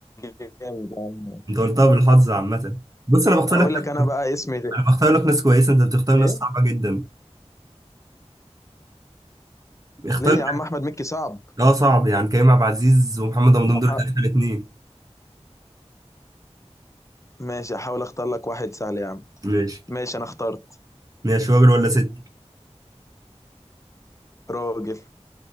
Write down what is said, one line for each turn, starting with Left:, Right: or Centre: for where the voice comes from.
Left: جامد يا عم.
Right: انت قلتها بالحظ عامة بص انا بختار
Left: اقول
Right: لك
Left: لك انا بقى اسمي ده.
Right: انا بختار لك ناس كويسة انت بتختار ناس
Left: ايه
Right: صعبة جدا اختار
Left: ليه
Right: لك
Left: يا عم احمد مكي صعب
Right: اه صعب يعني كريم عبد العزيز ومحمد رمضان
Left: أح...
Right: دول اخر اتنين
Left: ماشي احاول اختار لك واحد سهل يا عم
Right: ماشي
Left: ماشي انا اخترت
Right: ماشي راجل ولا ست
Left: راجل